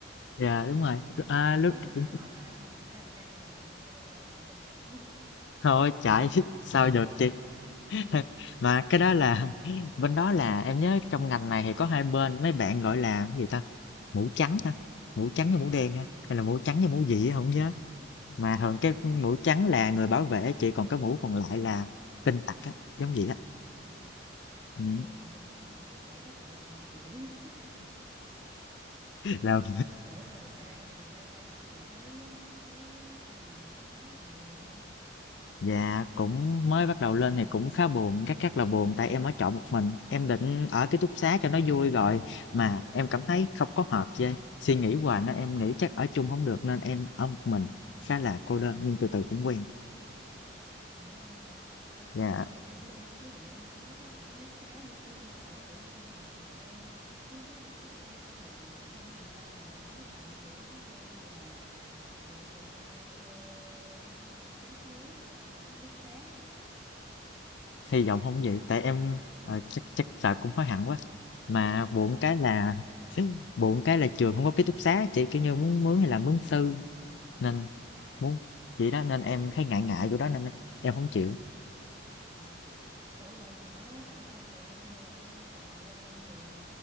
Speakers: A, on the left; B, on the right.
A: Dạ đúng rồi, à, lúc
B: Có
A: đó
B: khi nào
A: cũng
B: em học an ninh à, an ninh mạng xong em qua làm tin tặc không?
A: thôi chạy <laughs> sao được chị <laughs> mà cái đó là <laughs> bên đó là em nhớ trong ngành này thì có hai bên mấy bạn gọi là cái gì ta mũ trắng ha mũ trắng với mũ đen
B: Ừ,
A: ha hay là mũ trắng với mũ
B: ừ,
A: gì á, không nhớ mà thường
B: ờ,
A: cái mũ trắng là người bảo vệ chị còn cái mũ còn lại là tin tặc á giống vậy á
B: ờ. Sau
A: ừ.
B: này em làm luôn cái mũ bảy sắc cầu vồng cho chị.
A: là
B: Ủa rồi sao? Rồi lên đây học rồi thấy ờ, thấy ờ, xa nhà rồi có nhớ nhà nhiều không?
A: Dạ cũng mới bắt đầu lên thì cũng khá buồn, rất rất là buồn tại em ở trọ một mình, em định ở ký túc xá cho nó vui rồi mà em cảm thấy không có hợp với suy nghĩ hoài nên em nghĩ chắc ở chung không được nên em ở một mình khá là cô đơn nhưng từ từ cũng quen.
B: Ủa vậy hả? Thôi,
A: Dạ
B: Thì thì thử đi, ví dụ như muốn thích ở ký túc xá thì cứ vô ở thử xem một thời gian. Nếu không thích thì chuyển ra cũng được, không thì sau này lại hối hận kiểu giống như là ừ từ sinh viên ờ, tiếc nuối không được ở ký túc xá.
A: hy vọng không vậy tại em ờ,
B: Ừ.
A: chắc chắc sợ cũng hối hận quá. Mà buồn cái là <clears throat> buồn cái là trường không có ký túc xá chị kiểu như muốn mướn hay là mướn tư nên
B: À,
A: muốn vậy đó nên em thấy ngại ngại chỗ đó nên em không chịu.
B: ừ. Ủa rồi mà ở ở xa trường không hay là cũng ở trọ quanh quanh trường?